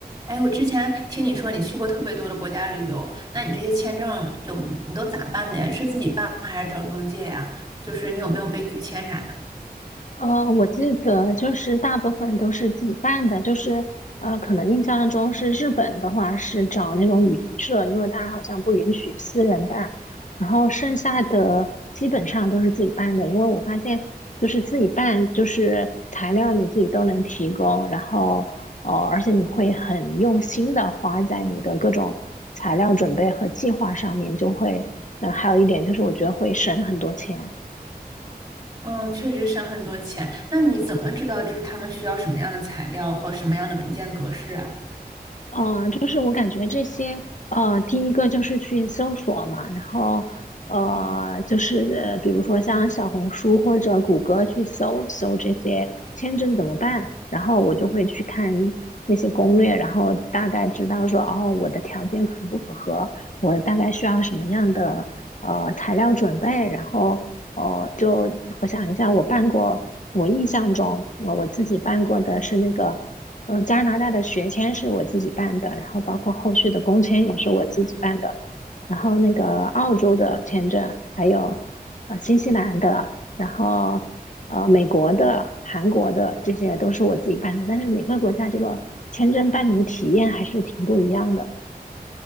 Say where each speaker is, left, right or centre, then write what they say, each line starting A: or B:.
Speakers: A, on the right; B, on the left.
A: 哎，我之前听你说你去过特别多的国家旅游，那你这些签证有，你都咋办的呀？是自己办还是找中介呀？就是你有没有被拒签啥的？
B: 呃，我记得就是大部分都是自己办的，就是呃，可能印象中是日本的话是找那种旅行社，因为它好像不允许私人办，然后剩下的基本上都是自己办的，因为我发现就是自己办，就是材料你自己都能提供，然后呃，而且你会很用心的花在你的各种材料准备和计划上面，就会，那、还有一点就是我觉得会省很多钱。
A: 嗯，确实省很多钱。那你怎么知道就是他们需要什么样的材料和什么样的文件格式啊？
B: 嗯，呃就是我感觉这些，呃，第一个就是去搜索嘛，然后，呃，就是呃比如说像小红书或者谷歌去搜搜这些签证怎么办，然后我就会去看那些攻略，然后大概知道说，哦，我的条件符不符合，我大概需要什么样的呃材料准备，然后，哦，就我想一下，我办过，我印象中我我自己办过的是那个。嗯呃，加拿大的学签是我自己办的，然后包括后续的工签也是我自己办的，然后那个澳洲的签证，还有呃新西兰的，然后呃美国的、韩国的，这些都是我自己办的。但是每个国家这个签证办理体验还是挺不一样的。